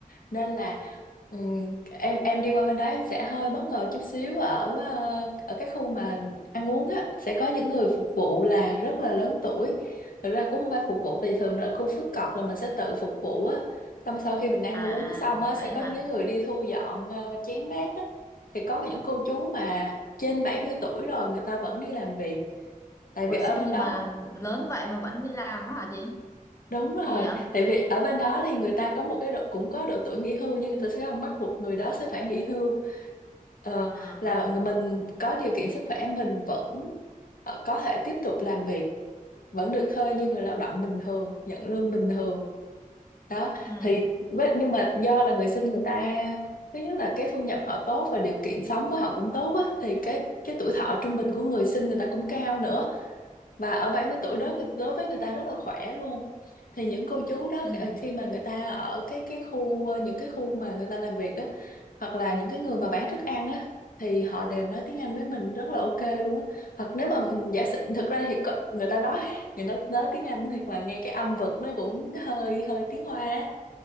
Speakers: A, on the left; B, on the left.
A: nên là ừm, em em đi qua bên đó em sẽ hơi bất ngờ chút xíu ở ờ, ở cái khu mà ăn uống á sẽ có những người phục vụ là rất là lớn tuổi thực ra cũng không phải phục vụ thì thường ở khu phức cọc là mình sẽ tự phục vụ á xong sau khi mình ăn
B: à
A: uống
B: à
A: xong á
B: vậy
A: sẽ có
B: hả
A: những cái người đi thu dọn ờ, chén bát á thì có những cô chú mà trên 70 tuổi rồi người ta vẫn đi làm việc tại
B: ủa
A: vì ở
B: sao
A: bên
B: nhưng
A: đó
B: mà lớn vậy mà vẫn đi làm á hả chị
A: Đúng rồi,
B: kỳ vậy
A: tại vì ở bên đó thì người ta có một cái độ, cũng có độ tuổi nghỉ hưu nhưng người ta sẽ không bắt buộc người đó sẽ phải nghỉ hưu. Ờ,
B: à
A: là người- mình có điều kiện sức khỏe mình vẫn ờ, có thể tiếp tục làm việc, vẫn được thuê như người lao động bình thường, nhận lương bình thường. Đó,
B: ừ
A: thì với- nhưng mà do là người sinh người ta thứ nhất là cái thu nhập họ tốt và điều kiện sống của họ cũng tốt á thì cái cái tuổi thọ trung bình của người sinh người ta cũng cao nữa và ở 70 tuổi đó người- đối với người ta rất là khỏe luôn thì những cô chú đó
B: ừ
A: khi khi mà người ta ở cái cái khu ờ, những cái khu mà người ta làm việc á hoặc là những cái người mà bán thức ăn á thì họ đều nói tiếng Anh với mình rất là ok luôn á hoặc nếu mà ừ, giả sử thực ra thì có- người ta nói <laughs> người ta nói tiếng Anh thì mà nghe cái âm vực nó cũng hơi hơi tiếng Hoa á